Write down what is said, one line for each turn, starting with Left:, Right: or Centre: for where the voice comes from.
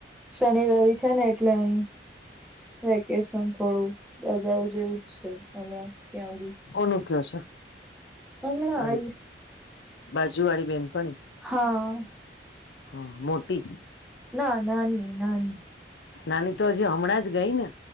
Centre: શનિ રવિ છે ને એટલે અહી વેકેશન થોડું રજાઓ જેવું જ છે હમણાં ત્યાં બી
Left: કોનું કે છે?
Centre: હમણા
Left: અરે
Centre: આઈસ.
Left: બાજુ વાળી બેનપણી.
Centre: હા.
Left: હા મોટી.
Centre: ના નાની નાની.
Left: નાની તો હજી હમણાં જ ગઈ ને?